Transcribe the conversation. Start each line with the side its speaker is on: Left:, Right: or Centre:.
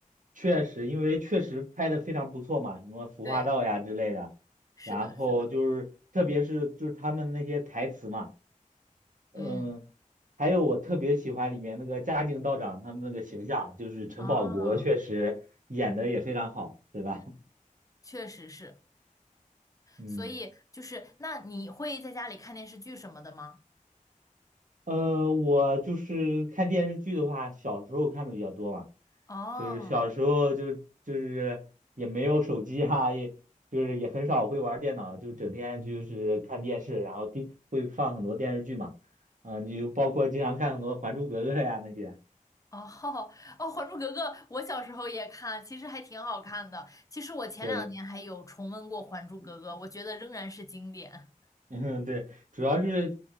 Right: 确实，因为确实拍的非常不错嘛，什么服化道呀之类的，
Left: 对，是的，
Right: 然后就是特别是就是他们那些台词嘛，
Left: 是的，嗯，
Right: 嗯，还有我特别喜欢里面那个嘉靖道长他们那个形象，就是陈宝国确实演的也非常好，
Left: 哦，
Right: 对吧？
Left: 嗯，
Right: <laughs>
Left: 确实是。
Right: 嗯。
Left: 所以就是，那你会在家里看电视剧什么的吗？
Right: 呃，我就是看电视剧的话，小时候看的比较多嘛，
Left: 哦。哦
Right: 就是小时候就就是也没有手机啊，也就是也很少会玩电脑，就整天就是看电视，然后第会放很多电视剧嘛，啊，你就包括经常看很多《还珠格格》呀那些，
Left: 哦，哦《还珠格格》我小时候也看，其实还挺好看的。其实我前两年还有重温过《还珠格格》，
Right: 对，
Left: 我觉得仍然是经典。
Right: <laughs> 嗯对，主要是